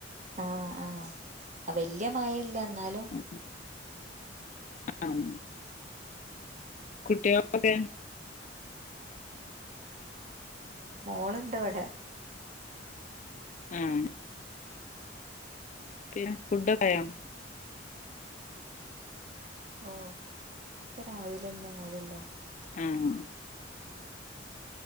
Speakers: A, on the right; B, on the left.
A: ആഹ് ആഹ് അ വെല്ല്യ മഴ ഇല്ല ഇന്നാലും
B: ഉം അഹ് അം കുട്ടിയാൾ ഒയുടെ?
A: മോൾ ഇണ്ട് ഇവടെ.
B: ആഹ് പിന്നെ ഫുഡൊക്കെ ആയോ?
A: ഓഹ് ഫുഡൊക്കെ രാവിലെന്നെ ആവെല്ലോ.
B: ആഹ്